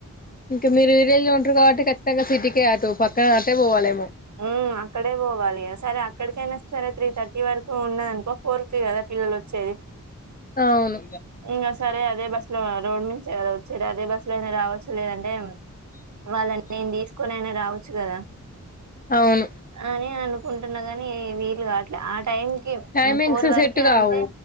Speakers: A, on the left; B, on the right.
A: ఇంకా మీరు విలేజ్ల ఉంటరు కాబట్టి ఖచ్చితంగా సిటీకే అటు పక్కన ఆటే పోవాలేమో.
B: హ్ అక్కడే పోవాలి ఇగా సరే అక్కడికైనా సరే త్రీ థర్టీ వరకు ఉన్నదనుకో ఫోర్ కి కదా పిల్లలు వచ్చేది
A: అవును
B: ఇంగా సరే అదే బస్ లో రోడ్ మీద నుంచే కదా వచ్చేది అదే బస్సు లో అయినా రావచ్చు లేదంటే వాళ్ళని నేను తీసుకొనైనా రావచ్చు కదా.
A: అవును.
B: అని అనుకుంటున్నా కాని వీలు కాట్లే ఆ టైం కి
A: టైమింగ్స్
B: ఫోర్ వరకే
A: సెట్ కావు
B: అంటే